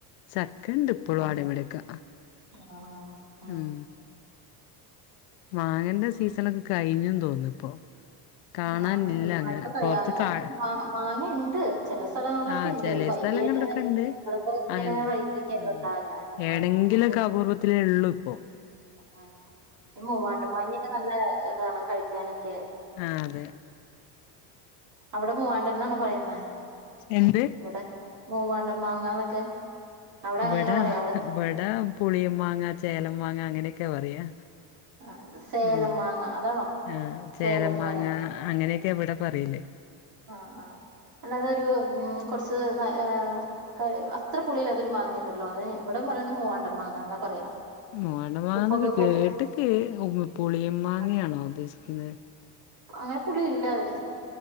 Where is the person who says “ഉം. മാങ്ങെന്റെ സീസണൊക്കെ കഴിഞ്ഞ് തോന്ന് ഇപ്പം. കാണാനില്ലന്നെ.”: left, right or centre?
Left